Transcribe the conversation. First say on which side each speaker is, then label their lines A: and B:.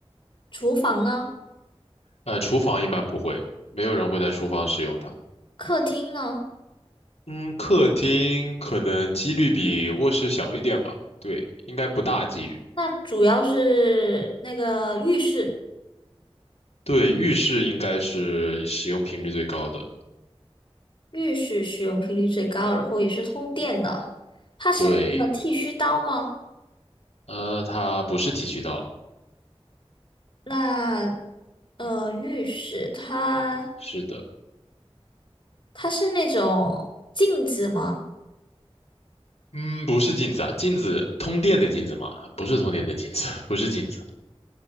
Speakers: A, on the left; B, on the left.
A: 厨房呢？
B: 呃，厨房一般不会，没有人会在厨房使用它。
A: 客厅呢？
B: 嗯，客厅可能几率比卧室小一点吧，对，应该不大几率。
A: 那主要是那个浴室，
B: 对，浴室应该是使用频率最高的。
A: 浴室使用频率最高，然后也是通电的。它是那个剃须刀吗？
B: 对，呃，它不是剃须刀，
A: 那呃，浴室它
B: 是的，
A: 它是那种镜子吗？
B: 嗯，不是镜子啊，镜子，通电的镜子嘛，不是通电的镜子，<laughs> 不是镜子，